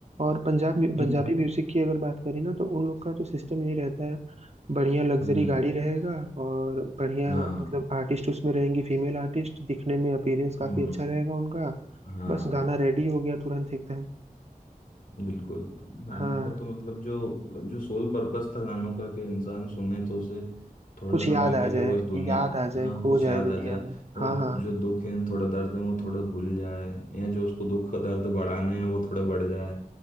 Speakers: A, on the right; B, on the left.
A: और पंजाब म्यू-
B: हम्म
A: पंजाबी म्यूजिक की अगर बात करें ना तो उन लोग का तो सिस्टम यही रहता है बढ़िया लग्जरी
B: हम्म,
A: गाड़ी रहेगा और बढ़िया
B: हाँ
A: मतलब आर्टिस्ट उसमें रहेंगी फीमेल आर्टिस्ट दिखने में अपीयरेंस काफी
B: हम्म
A: अच्छा रहेगा उनका
B: हाँ
A: बस गाना रेडी हो गया तुरंत एकदम
B: हम्म, बिल्कुल गानों
A: हाँ
B: का तो मतलब जो जो सोल पर्पस था गानों का कि इंसान सुने तो उसे थोड़ा
A: कुछ
B: समय
A: याद आ
B: के लिए
A: जाए
B: वो इस दुनिया
A: याद आ जाए
B: हाँ
A: खो
B: कुछ
A: जाए
B: याद
A: दुनिया
B: आ जाए
A: में हाँ
B: और
A: हाँ
B: जो दुख है थोड़ा दर्द है वो थोड़ा भूल जाए या जो उसको दुख का दर्द बढ़ाने हैं वो थोड़ा बढ़ जाए